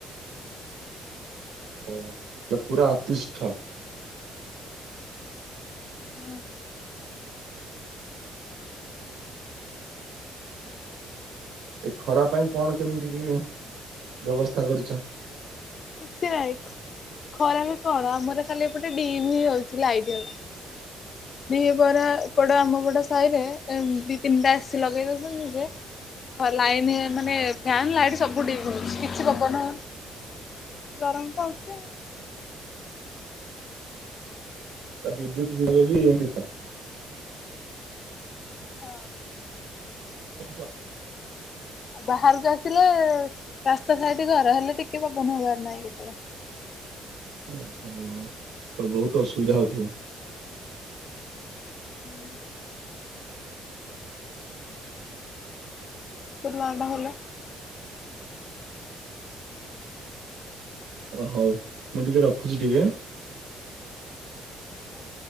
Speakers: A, on the right; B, on the left.
A: ଓ ସେ ପୁରା ଅତିଷ୍ଠ।
B: ହୁଁ।
A: ଏ ଖରା ପାଇଁ କଣ କେମିତି କି ବ୍ୟବସ୍ଥା କରିଚ?
B: କିଛି ନାଇଁ ଖରା ବି କଣ ଆମର ଖାଲି ଏପଟେ ଡିମ୍ ହଉଛି ଲାଇଟ୍ ହେଲା। ଦି ବରା ଏପଟ ଆମପଟ ସାହିରେ ଦି ତିନିଟା ଏସି ଲଗେଇ ଦଉଛନ୍ତି ଯେ ଖ ଲାଇନ ମାନେ ଫ୍ୟାନ୍ ଲାଇଟ୍ ସବୁ ଡିମ୍ ହଉଚି କିଛି ପବନ ହଉନି ଗରମ ତ ହଉଛି ଆଉ।
A: <inaudible>
B: ହଁ।
A: କ
B: ଆଉ ବାହାରକୁ ଆସିଲେ ରାସ୍ତା ସାଇଟ ଘର ହେଲେ ଟିକେ ପବନ ହବାର ନାହିଁ କେତେଳେ।
A: ଓ ହ ତ ବହୁତ ଅସୁବିଧା ହଉଥିବ?
B: ହୁଁ। ପ୍ଲାଣ୍ଟ ହେଲା। <inaudible>
A: ଓ ହଉ ମୁଁ ଟିକେ ରଖୁଛି ଟିକେ?
B: ଆଉ।